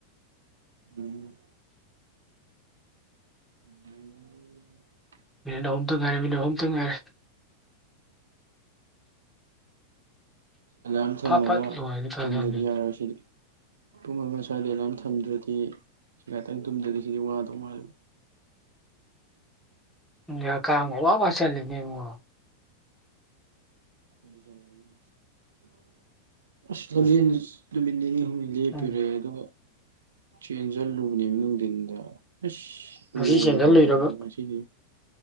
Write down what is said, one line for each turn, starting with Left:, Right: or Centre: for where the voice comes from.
Right: ꯎꯝ ꯎ
Centre: ꯃꯤꯅꯤꯠ ꯑꯍꯨꯝꯇꯪ ꯉꯥꯏꯔꯦ ꯃꯤꯅꯤꯠ ꯑꯍꯨꯝꯇꯪ ꯉꯥꯏꯔꯦ
Right: ꯑꯦꯂꯥꯔꯝ ꯊꯝꯃꯒ
Centre: ꯐꯠ ꯐꯠ ꯂꯣꯏꯔꯗꯤ ꯐꯗꯧꯅꯤ
Right: ꯇꯨꯝꯝꯗꯗꯤ ꯌꯥꯔꯣꯏꯁꯤꯗꯤ ꯄꯨꯡ ꯑꯃ ꯁ꯭ꯋꯥꯏꯗ ꯑꯦꯂꯥꯝ ꯊꯝꯗ꯭ꯔꯗꯤ ꯉꯥꯥꯇꯪ ꯇꯨꯝꯗ꯭ꯔꯗꯤ ꯁꯤꯗꯤ ꯋꯥꯗꯧ ꯃꯥꯜꯂꯤ
Centre: ꯅꯪꯗꯤ ꯍꯥꯀꯝꯒ ꯋꯥ ꯋꯥ ꯆꯜꯂꯦꯅꯦ ꯏꯕꯨꯡꯉꯣ
Right: <inaudible> ꯑꯁ ꯗꯨꯗꯤ <inaudible> ꯅꯨꯃꯤꯠ ꯅꯤꯅꯤ ꯂꯦꯞꯄꯤꯔꯦ
Centre: ꯅꯪ
Right: ꯑꯗꯨꯒ ꯆꯦꯟꯁꯤꯜꯂꯨꯕꯅꯦ ꯅꯨꯡꯊꯤꯟꯗ ꯑꯁ
Centre: ꯉꯁꯤ
Right: ꯎꯒꯦ
Centre: ꯆꯦꯟꯁꯤꯜꯂꯨꯏꯔꯕ
Right: ꯇꯧꯗꯅꯦ ꯉꯥꯁꯤꯗꯤ